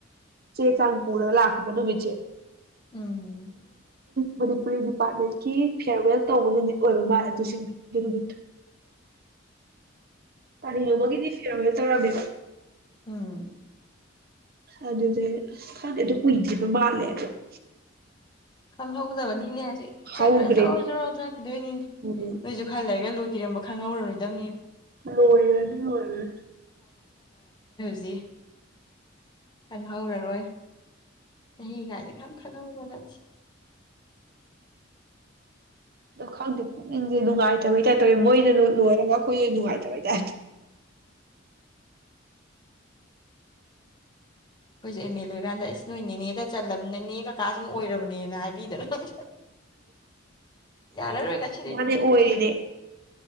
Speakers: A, on the right (about 50°); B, on the left (about 25°).
A: ꯆꯦ ꯆꯪꯄꯨꯔꯔ ꯂꯥꯛ ꯃꯅꯣ ꯦ
B: ꯑꯝ
A: ꯃꯅꯤꯄꯨꯔꯤ ꯗꯤꯄꯥꯔꯠꯃꯦꯟꯀꯤ ꯐꯤꯌꯔꯋꯦꯜ ꯇꯧꯕ ꯅꯨꯃꯤꯠ ꯑꯣꯏꯔꯣ ꯃꯥꯜꯂꯦ ꯑꯗꯨꯁꯤꯡꯗꯣ ꯑꯗꯨ ꯅꯨꯃꯤꯠꯇ ꯀꯦ ꯌꯧꯕꯒꯤꯗꯤ ꯐꯦꯔꯃꯦ ꯇꯧꯔꯕꯤꯦꯕꯥ
B: ꯎꯝ
A: ꯑꯗꯨ ꯑꯗꯨꯗ ꯐ ꯑꯗꯨ ꯎ ꯄꯕꯥꯂꯦꯗ <unintelligible>
B: ꯈꯪꯍꯧꯗꯕꯅꯤꯅꯦ ꯍꯥꯏ
A: ꯍꯧꯒ꯭ꯔꯦꯕ
B: ꯈꯔ ꯖꯣ ꯖꯣꯔꯔꯣꯥꯛꯈꯤꯗꯣꯏꯅꯤꯅꯦ
A: ꯎꯝ
B: ꯅꯣꯏꯁꯨ ꯈꯔ ꯂꯩꯔꯒ ꯂꯣꯏꯈꯤꯔꯃ ꯈꯪꯍꯧꯔꯔꯨꯗꯪꯅꯤ
A: ꯃ ꯑꯣꯏꯔꯅꯤꯔ
B: ꯖꯤ <unintelligible> ꯈꯪꯍꯧꯔꯔꯣꯏ ꯆꯍꯤ ꯀꯥꯏꯗꯤꯦ ꯈꯔ ꯈꯪꯍꯧꯕ ꯅꯠꯇꯦ
A: ꯑꯗꯨ ꯈꯗ ꯅꯨꯡꯉꯥꯏꯇꯕꯩ ꯇꯥꯏ ꯇꯧꯋꯦ ꯃꯣꯏꯅ ꯂꯣꯏꯔꯒ ꯑꯩꯈꯣꯏꯁꯨ ꯅꯨꯡꯉꯥꯏꯇꯕꯩ ꯇꯥꯏꯦ
B: ꯑꯩꯈꯣꯏꯁꯨꯦ ꯑꯦꯝ ꯑꯦꯜ ꯂꯔꯀꯥꯟꯗ ꯑꯁ ꯅꯣꯏꯅꯦꯅꯦꯗ ꯆꯜꯂꯕꯅꯤꯅꯦ ꯀꯀꯥꯁꯤꯡ ꯑꯣꯏꯔꯕꯅꯦꯅ ꯍꯥꯏꯕꯤꯗꯅ ꯅꯪ ꯌꯥꯔꯔ ꯔꯒꯁꯤꯅꯦꯁꯤ
A: ꯃꯥꯅꯦ ꯑꯣꯏꯔꯤꯅꯦ